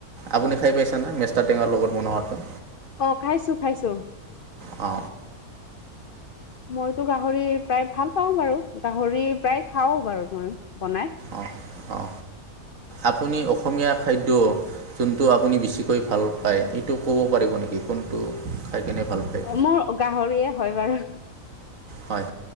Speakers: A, on the right (about 60°); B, on the left (about 75°).
A: আপুনি খাই পাইছে না মেষ্টা টেঙাৰ লগত বনোৱাটো।
B: অ খাইছো খাইছো।
A: অ।
B: মইতো গাহৰি প্ৰায় ভাল পাওঁ বাৰু গাহৰি প্ৰায় খাও বাৰু মই। বনাই
A: অ অ আপুনি অ অসমীয়া খাদ্য যোনটো আপুনি বেছিকৈ ভাল পায় সেইটো ক'ব পাৰিব নেকি কোনটো খাই কেনে ভাল পায়
B: অ মোৰ গাহৰিয়ে হয় বাৰু
A: হয়